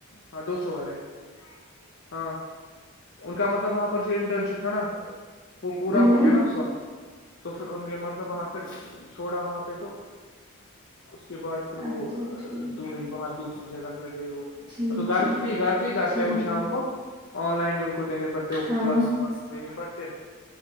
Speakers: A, on the left; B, on the right.
A: ہاں دو سو والے ہے ہاں ان کا مطلب وہاں پے تھا نا وہ پورا
B: ا
A: ہو گیا نا اس وقت تو پھر ان نے مطلب وہاں پھر چھوڑا وہاں پہ تو کے بعد پھر وہ
B: اچھا ٹھیک
A: دو وہاں دوسری جگہ پھر گئی وہ
B: ٹھیک
A: گھر
B: ٹھیک
A: پ گھر پ ہی کرتے
B: ٹھیک
A: وہ شام کو آن لائن ان کو
B: ہاں
A: کلاسس دینے پڑتے